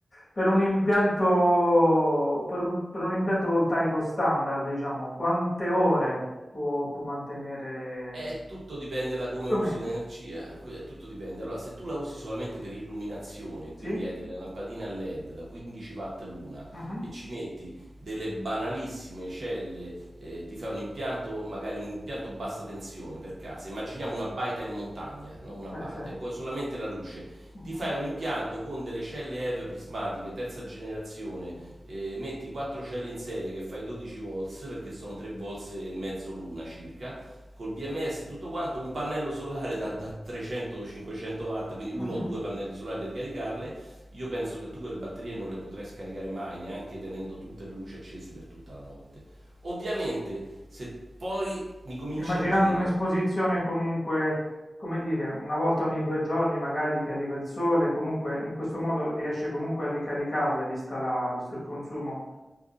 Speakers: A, on the left; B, on the right.
A: per un impianto, per un, per un impianto voltaico standard, diciamo, quante ore può, può mantenere
B: Eh, tutto dipende da come
A: più
B: usi
A: o meno?
B: l'energia, que- tutto dipende. Allora, se tu la usi solamente per illuminazione, quindi
A: Sì?
B: hai delle lampadine a LED da 15 watt l'una
A: Mhm.
B: e ci metti delle banalissime celle, eh, ti fai un impianto, magari un impianto bassa tensione per casa, immaginiamo una baita in montagna, no? una
A: Sì,
B: baita,
A: sì.
B: e vuoi solamente la luce,
A: Mhm.
B: ti fai un impianto con delle celle EV prismatiche, terza generazione, eh, metti 4 celle in serie che fai 12 volts, perché sono 3 volts e mezzo l'una circa, col BMS e tutto quanto, un pannello solare da, da 300-500 watt, quindi uno
A: Mhm.
B: o due pannelli solari per ricaricarle, io penso che tu quelle batterie non le potrai scaricare mai, neanche tenendo tutte le luci accese per tutta la notte. Ovviamente, se poi mi cominci
A: Immaginando
B: a dire
A: un'esposizione comunque, come dire, una volta ogni due giorni magari che arriva il sole, comunque in questo modo riesce comunque a ricaricarle vista la, visto il consumo.